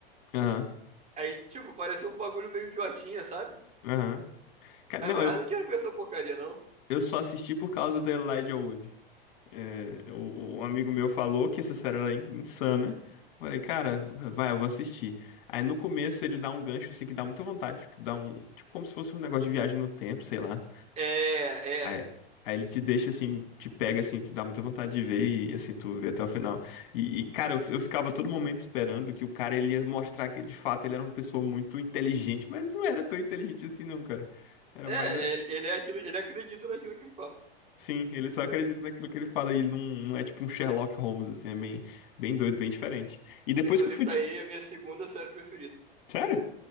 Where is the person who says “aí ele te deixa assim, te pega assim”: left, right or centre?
Left